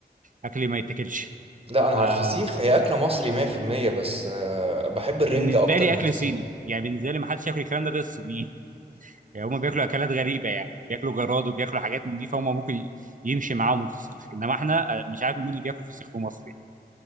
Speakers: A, on the right (about 50°); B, on the right (about 35°).
A: اكل ما يتاكلش
B: لا انا على
A: آه،
B: الفسيخ هي اكله مصري 100% بس آه، بحب الرنجة
A: بالنسبه
B: اكتر
A: لي
B: من الفسيخ
A: اكل صيني يعني بالنسبه لي ما حدش ياكل الكلام ده غير الصينيين <laughs> يعني هم بياكلوا اكلات غريبه يعني بياكلوا جراد وبياكلوا حاجات من دي فهم ممكن يمشي معاهم الفسيخ انما احنا آه، مش عارف مين اللي بياكل فسيخ في مصر يعني.